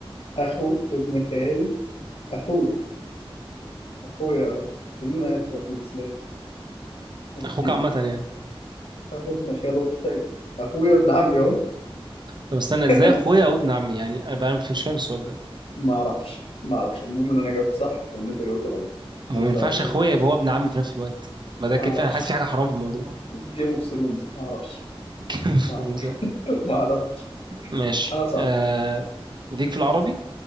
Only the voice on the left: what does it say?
اخو ابن خال اخويا اخويا كلنا اخوه في الاسلام اكيد
اخو ابن خال اختك اخويا ابن عمي اهو
<laughs>
ما اعرفش ما اعرفش المهم ان انا جاوبت صح وان انت جاوبت غلط
ماليش
دعوه باي
حاجه
ما
اعرفش
جيم اوف ثرونز ما اعرفش
ما اعرفش <laughs> ما اعرفش
انا صح